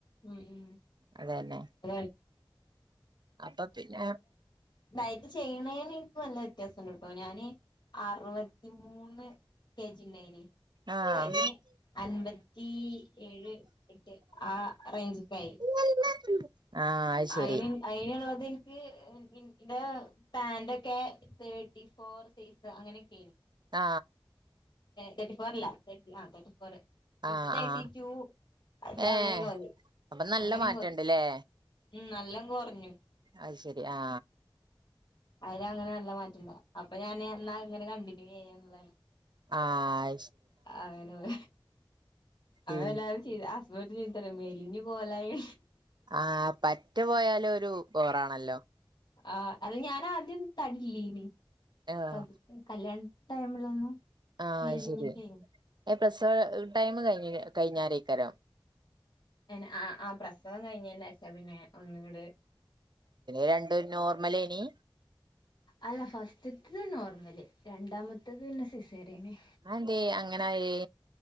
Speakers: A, on the left; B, on the right.
A: ഉം ഉം
B: അതന്നെ
A: <unintelligible>
B: അപ്പൊ പിന്നെ
A: ഡയറ്റ് ചെയ്യണേന് എനിക്ക് നല്ല വ്യത്യാസണ്ട് ട്ടോ ഞാാന് അറുവത്തിമൂന്ന് കേ ജി ണ്ടായിനി
B: ആഹ്
A: അയിന് അൻപത്തി ഏഴ് എട്ട് ആ റേഞ്ചക്കായി
B: <unintelligible> അത് ശരി
A: അയിന് അയിന്ള്ളത് എനിക്ക് ഇടെ പാന്റൊക്കെ തേർട്ടി ഫോർ സൈസ് അങ്ങനെക്കെണ്ട്
B: ആ
A: തേർട്ടി ഫോർ അല്ല തേർട്ടി ആ തേർട്ടി ഫോർന്നെ
B: ആഹ്
A: ഇപ്പ തേട്ടി
B: ആഹ്
A: ടു
B: ഏഹ്
A: അങ്ങനൊക്ക മതി
B: അപ്പൊ നല്ല
A: അങ്ങനങൊറഞ്ഞു
B: മാറ്റണ്ട്ല്ലേ
A: ഉം നല്ലാം കൊറഞ്ഞു
B: അത് ശരി ആ
A: അയിര്നങ്ങനെ നല്ല മാറ്റണ്ട അപ്പൊ ഞാൻ എന്നാ ഇങ്ങനെ കണ്ടിന്യൂ ചെയ്യാന്ന
B: ആ
A: അങ്ങനെ പോ
B: പിന്നെ
A: അവത എല്ലാവരും ചീ അസ്മന്റ് ചീത്തറയു മേലിഞ്ഞു കോലായി
B: ആ പറ്റു പോയാല് ഒരു ബോറാണല്ലോ
A: ആ അ ഞൻ ആദ്യം തടില്ലനിപ്പ
B: ആഹ്
A: കല്യാണ ടൈമിലൊന്നും
B: ആ
A: മെലിഞ്ഞിട്ടേനി
B: ശരി പ്രസവ ടൈം കഴിഞ്ഞ കഴിഞ്ഞരേക്കരം
A: അനെ ആ ആ പ്രസവം കഴിഞ്ഞേനേച്ചാ പിന്നെ ഒന്ന്ങ്ങട്
B: രണ്ടു നോർമലേനി
A: അല്ല ഫസ്റ്റ്ത്തത് നോർമല് രണ്ടാമത്തേത് പിന്നെ സിസേറിന
B: അന്തെ അങ്ങനായേ